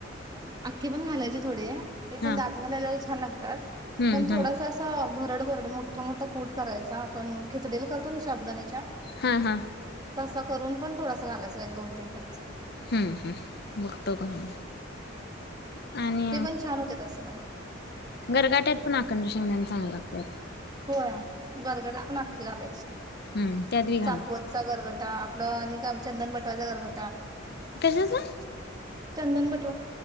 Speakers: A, on the right; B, on the left.
A: अख्खे पण घालायचे थोडे ते पण
B: हा
A: दाता खाली.. छान लागतात.
B: हम्म
A: पण थोडासं
B: हम्म
A: असं. भरड-भरड, मोठं-मोठं कूट करायचा आपण खिचडीला करतो ना तसं साबुदाण्याचा
B: हा हा
A: तस <unintelligible> वरून पण थोडासा घालायचा एक, दोन, तीन चमचे.
B: हम्म हम् बगतो घालून का आणि
A: ते पण छान होते तसं पण
B: गरगाट्यात पण.. अखंड शेंगदाणे चांगलं लागतेय.
A: होय, गरगटाला पण आख्खी घालायची,
B: हम्म त्यात बी घाल
A: चाकवतचा गरगटा. आपलं आणि चंदनबटवाच्या गरग
B: कश्याचं?
A: चंदन बटवा.